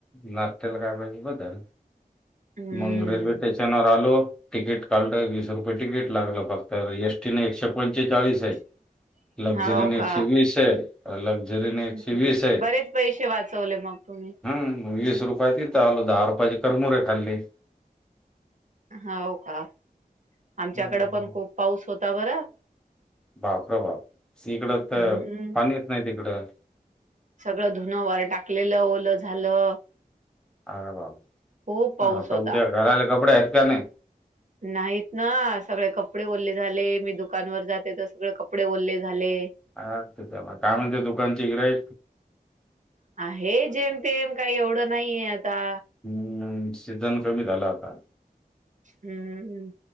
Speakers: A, in the centre; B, on the right.
A: नाशत्याला काय पाहिजे ब झालं
B: हम्म
A: मग रेल्वे स्टेशनवर लो तिकीट काढलं वीस रुपये तिकीट लागलं फक्त एसटी न एकशे पंचेचाळीस आहे
B: <inaudible>
A: लक्झरी
B: हाव
A: न एकशे
B: का
A: वीस आहे. लक्झरी न एकशे
B: हम्म
A: वीस हय
B: बरेच पैसे वाचवले मग तुम्ही
A: हम वीस रुपयात इथं आलो दहा रुपयाची करमुरे खाल्ले.
B: हावू का आमच्याकडे
A: हं.
B: पण खूप पाऊस होता बरं
A: बापरे बाप इकड तर
B: हम्म
A: पाणी येत नाही तिकडं.
B: सगळं धुनं वर टाकलेलं ओलं झालं.
A: अर बापरे
B: खूप पाऊस
A: आता
B: होता.
A: उद्या घालायाला कपडे आहेत का नाही?
B: नाहीत ना सगळे कपडे ओल्ले झाले मी दुकानवर जाते तर सगळे कपडे ओल्ले झाले.
A: अ ते च्या काय म्हणते दुकानचे तिकडे
B: हे जेम तेम काही एवढं नाहीये आता
A: हम्म सीझन कमी झाला आता.
B: हम्मम् हंम